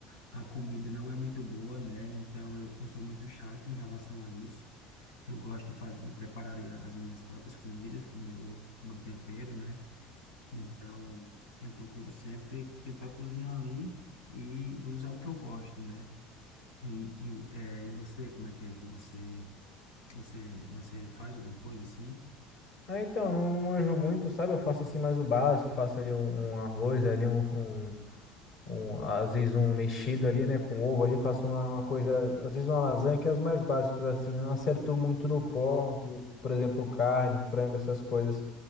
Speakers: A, on the left; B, on the left.
A: a comida não é muito boa, né? Então eu, eu sou muito chato em relação a isso. Eu gosto de fazer, de preparar ali as minhas próprias comidas com meu, com meu tempero, né? Então eu procuro sempre tentar cozinhar ali e usar o que eu gosto, né? E, e, é, e você, como é que é que você, você, você faz alguma coisa assim?
B: Ah, então, não, não manjo muito, sabe? Eu faço assim mais o básico, faço ali um, um arroz, ali um, um- um- às vezes um mexido ali, né, com ovo ali, faço uma, uma coisa, às vezes uma lasanha, que é os mais básicos assim, né? não acerto muito no ponto, por exemplo, carne, frango, essas coisas.